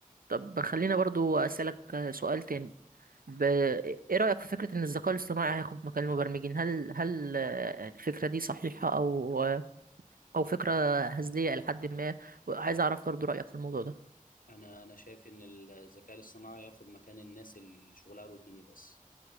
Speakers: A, on the right; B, on the left.
A: طب خلينا برضو أسألك آه، سؤال تاني ب... إيه رأيك في فكرة إن الذكاء الاصطناعي هياخد مكان المبرمجين هل هل آه، الفكرة دي صحيحة أو آه، أو فكرة هزلية إلى حد ما عايز أعرف برضو رأيك في الموضوع ده
B: انا انا شايف ان الذكاء الاصطناعي ياخد مكان الناس اللي شغلها روتيني بس